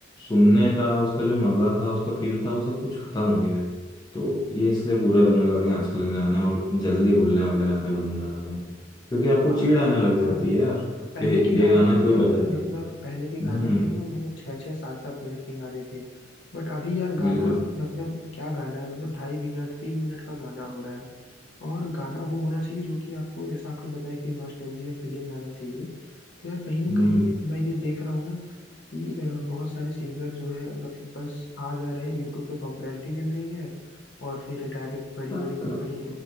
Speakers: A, on the left (about 20°); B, on the left (about 70°).
A: सुनने का उसका जो मज़ा था उसका फील था वो सब कुछ ख़त्म हो गया है तो ये इसलिए बुरे लगने लगे हैं आजकल के गाने और जल्दी भूलने वाले गाने बनने लगे हैं क्योंकि आपको
B: हाँ
A: चिढ़ आने लग
B: और
A: जाती है यार
B: पहले
A: कि
B: के गाने
A: ये गाना
B: जो
A: क्यों
B: थे
A: बजा
B: ना
A: दिए
B: मतलब पहले के गाने
A: हम्म
B: थे तो मतलब छः छः सात सात मिनट के गाने थे बट अभी यार
A: बिल्कुल
B: गाना मतलब क्या गाना है मतलब ढाई मिनट तीन मिनट का गाना हो रहा है और गाना वो होना चाहिए जो कि आपको जैसा आपने बताया कि नॉस्टैल्जिया फीलिंग लाना चाहिए तो यार कहीं ना
A: हम्म
B: कहीं मैं ये देख रहा हूँ ना कि अ, बहुत सारे सिंगर जो है मतलब बस आ जा रहे हैं यूट्यूब पे पॉपुलैरिटी मिल रही है और फिर डायरेक्ट बड़ी
A: हाँ,
B: बड़ी कंपनी
A: मतलब